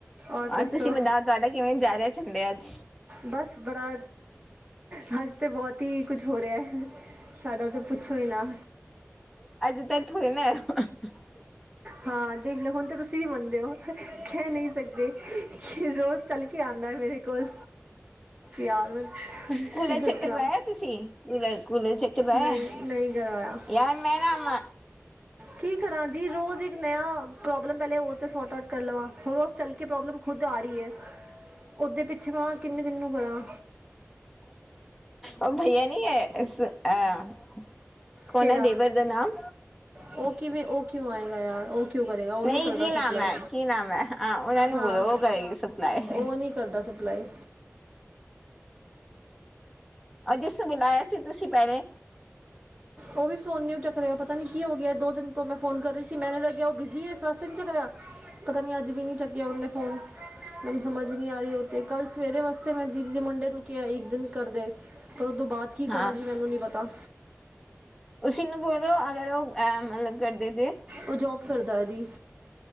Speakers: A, on the right; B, in the centre.
A: ਔਰ
B: ਅੱਜ
A: ਦੱਸੋ
B: ਤੁਸੀ ਤੁਆਡਾ ਕਿਵੇਂ ਜਾ ਰੇਐ ਸੰਡੇ, ਅੱਜ?
A: ਬਸ ਬੜਾ ਹਾਂਜੀ। ਤੇ ਬਹੁਤ ਈ ਕੁਜ ਹੋ ਰਿਆ ਸਾਡਾ ਤੇ ਪੁੱਛੋ ਈ ਨਾ।
B: <inaudible>
A: ਹਾਂ ਦੇਖ ਲਓ ਹੁਣ ਤੇ ਤੁਸੀਂ ਵੀ ਮੰਨਦੇ ਓ ਹੈ ਨੀ। ਸਕਦੇ ਰੋਜ਼ ਚੱਲ ਕੇ ਆਂਦਾ ਮੇਰੇ ਕੋਲ। ਯਾਰ ਮੈਂ
B: ਕੂਲੇ
A: ਕੀ ਦੱਸਾਂ
B: ਚ ਕਰਵਾਇਆ ਤੁਸੀਂ ਲੈ ਕੂਲੇ ਚ ਕਰਵਾਇਆ।
A: ਨਹੀਂ ਨਹੀਂ ਕਰਵਾਇਆ
B: ਯਾਰ ਮੈ ਨਾਮ
A: ਕੀ ਕਰਾਂ ਦੀ ਰੋਜ਼ ਇੱਕ ਨਯਾ ਪ੍ਰੋਬਲਮ, ਪਹਿਲੇ ਉਹ ਤੇ ਸੋਟ ਆਊਟ ਕਰ ਲਵਾਂ ਰੋਜ਼ ਚੱਲ ਕੇ ਪ੍ਰੋਬਲਮ ਖੁਦ ਆ ਰਈ ਐ, ਓਦੇ ਪਿੱਛੇ ਕਾਂ ਕਿਨੂੰ-ਕਿਨੂੰ ਕਰਾਂ।
B: ਉਹ ਭਈਆ ਨੀ ਐ ਅਹ। ਕੌਣ
A: ਕਿਹੜਾ
B: ਐ ਦੇਵਰ ਦਾ ਨਾਮ।
A: ਉਹ ਕਿਵੇਂ ਉਹ ਕਿਉ ਆਏਗਾ ਯਾਰ ਉਹ ਕਿਉ ਕਰੇਗਾ ਉਹ
B: ਨਹੀਂ
A: ਨੀ ਕਰਦਾ
B: ਕੀ ਨਾਮ
A: ਸਪਲਾਈ।
B: ਹੈ ਕੀ ਨਾਮ ਹੈ ਹਾਂ ਉਹਨਾਂ ਨੂੰ
A: ਹਾਂ
B: ਬੋਲੋ ਉਹ ਕਰੇਗੀ ਸਪਲਾਈ।
A: ਉਹ ਨੀ ਕਰਦਾ ਸਪਲਾਈ।
B: ਅਜਿਸ ਮਿਲਾਇਆ ਸੀ ਤੁਸੀਂ ਪਹਿਲੇ
A: ਉਹ ਵੀ ਫੋਨ ਨੀ ਚੱਕ ਰਿਆ ਪਤਾ ਨੀ ਕੀ ਹੋ ਗਿਆ, ਦੋ ਦਿਨ ਤੋਂ ਮੈਂ ਫੋਨ ਕਰ ਰੀ ਸੀ ਮੈਨੂੰ ਲੱਗਿਆ ਉਹ ਬਿਜ਼ੀ ਏ ਇਸ ਵਾਸਤੇ ਨੀ ਚੱਕ ਰਿਆ ਪਤਾ ਨੀ ਅੱਜ ਵੀ ਨਈ ਚੱਕਿਆ ਉਹਨੇ ਫੋਨ ਮੈਨੂੰ ਸਮਝ ਈ ਨੀ ਆ ਰਈ ਓ ਤੇ ਕੱਲ੍ਹ ਸਵੇਰੇ ਵਾਸਤੇ ਮੈਂ ਦੀਦੀ ਦੇ ਮੁੰਡੇ ਨੂੰ ਕਿਆ ਏ ਇੱਕ ਦਿਨ ਕਰਦੇ ਫੇਰ ਉਹ ਤੋਂ ਬਾਅਦ ਕੀ ਕਰਾਂਗੀ
B: ਹਾਂ
A: ਮੈਨੂੰ ਨੀ ਪਤਾ।
B: ਤੁਸੀ ਇਹਨੂੰ ਬੋਲੋ ਅਗਰ ਓ ਐਹ ਮਤਲਬ ਕਰਦੇ ਤੇ
A: ਉਹ ਜੋਬ ਕਰਦਾ ਦੀ,